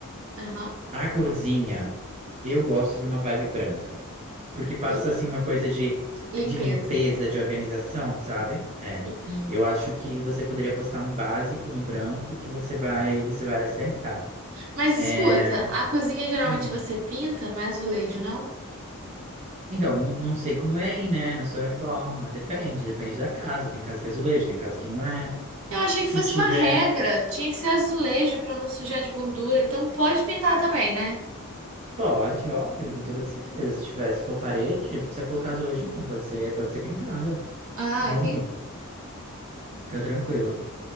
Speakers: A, on the right (about 65°); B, on the right (about 30°).
A: Aham.
B: A cozinha, eu gosto de uma vibe branca, porque passa
A: Eu-
B: assim uma coisa de,
A: Limpeza.
B: de limpeza, de organização, sabe? É,
A: Sim.
B: eu acho que você poderia apostar no básico, no branco, que você vai, você vai acertar.
A: Mas
B: É,
A: escuta, a cozinha geralmente
B: hum.
A: você pinta, não é azulejo, não?
B: Então, não, não sei como é aí, né, na sua reforma. Depende, depende da casa. Tem casa que é azulejo, tem casa que não é.
A: Eu achei
B: Se
A: que fosse
B: tiver,
A: uma regra, tinha que ser azulejo para não sujar de gordura, então pode pintar também, né?
B: pode, óbvio, com toda certeza. Se tiver, se for parede, não precisa colocar azulejo, não. Pode ser, pode ser pintada,
A: Ah,
B: óbvio.
A: entendi.
B: Fica tranquila.